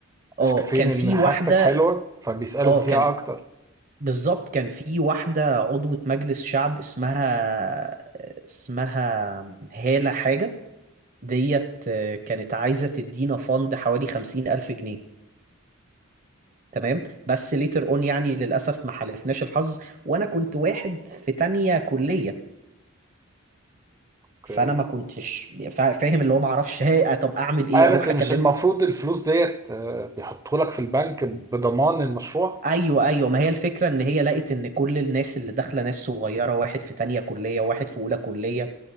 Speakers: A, on the right; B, on the right.
A: اه
B: شايفين
A: كان
B: ان
A: في
B: حاجتك
A: واحده
B: حلوه فبيسالوا
A: اه
B: فيها
A: كان
B: اكتر
A: بالظبط كان في واحدة عضوة مجلس شعب اسمها اسمها هالة حاجة ديت آه، كانت عايزة تدينا فند حوالي خمسين ألف جنيه تمام بس ليتر اون يعني للأسف ما حالفناش الحظ وأنا كنت واحد في تانية كلية
B: اوكي
A: فأنا ما كنتش فا- فاهم اللي هو ما اعرفش <laughs> هي طب أعمل إيه
B: اه
A: أروح
B: بس مش
A: أكلمها
B: المفروض الفلوس ديت آه، بيحطوا لك في البنك بضمان المشروع
A: ايوه ايوه ما هي الفكره ان هي لقت ان كل الناس اللي داخله ناس صغيره واحد في تانية كليه وواحد في اولى كليه